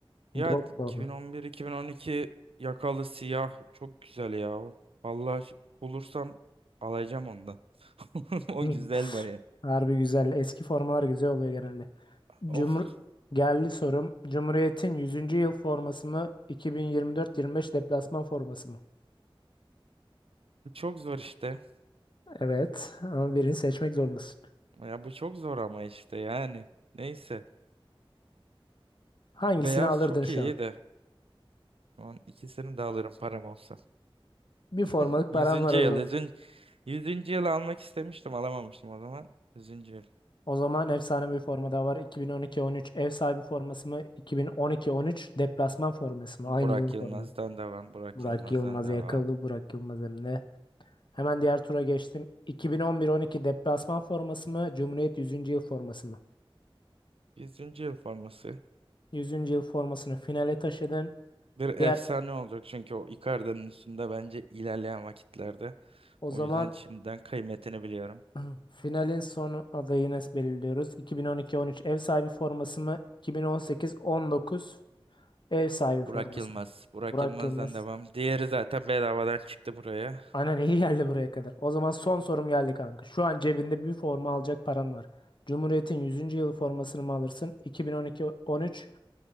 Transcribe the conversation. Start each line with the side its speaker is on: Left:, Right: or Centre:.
Right: Ya
Left: Drogba
Right: 2011-2012
Left: mı?
Right: yakalı siyah çok güzel ya. Vallahi ş- bulursam alacağım ondan. <laughs> O
Left: Hı.
Right: güzel baya.
Left: Harbi güzel. Eski formalar güzel oluyor genelde.
Right: Of
Left: Cumhur geldi sorum. Cumhuriyet'in yüzüncü yıl forması mı? 2024-25 deplasman forması mı?
Right: bu çok zor işte.
Left: Evet. Ama birini seçmek zorundasın.
Right: Ya bu çok zor ama işte yani. Neyse.
Left: Hangisini
Right: Beyaz
Left: alırdın
Right: çok
Left: şu
Right: iyi
Left: an?
Right: de. Şu an ikisini de alırım param olsa.
Left: Bir formalık
Right: <laughs> Yüzüncü
Left: paran var o
Right: yıl.
Left: zaman.
Right: 100. yüzüncü yılı almak istemiştim alamamıştım o zaman. yüzüncü yıl.
Left: O zaman efsane bir forma da var. 2012-13 ev sahibi forması mı? 2012-13 deplasman forması mı?
Right: Burak
Left: Aynı yılın
Right: Yılmaz'dan
Left: forması.
Right: devam. Burak
Left: Burak
Right: Yılmaz'dan
Left: Yılmaz
Right: devam.
Left: yakalı. Burak Yılmaz önünde. Hemen diğer tura geçtim. 2011-12 deplasman forması mı? Cumhuriyet yüzüncü yıl forması mı?
Right: Yüzüncü yıl forması.
Left: Yüzüncü yıl formasını finale taşıdın.
Right: Bir efsane
Left: Diğer
Right: olacak çünkü o Icardi'nin üstünde bence ilerleyen vakitlerde.
Left: O
Right: O
Left: zaman
Right: yüzden şimdiden kıymetini biliyorum.
Left: <clears throat> finalin son adayını belirliyoruz. 2012-13 ev sahibi forması mı? 2018-19 ev sahibi forması
Right: Burak Yılmaz.
Left: mı?
Right: Burak
Left: Burak
Right: Yılmaz'dan
Left: Yılmaz.
Right: devam. Diğeri zaten bedavadan çıktı buraya.
Left: Aynen iyi geldi buraya kadar. O zaman son sorum geldi kanka. Şu an cebinde bir forma alacak paran var. Cumhuriyet'in yüzüncü yılı formasını mı alırsın? 2012-13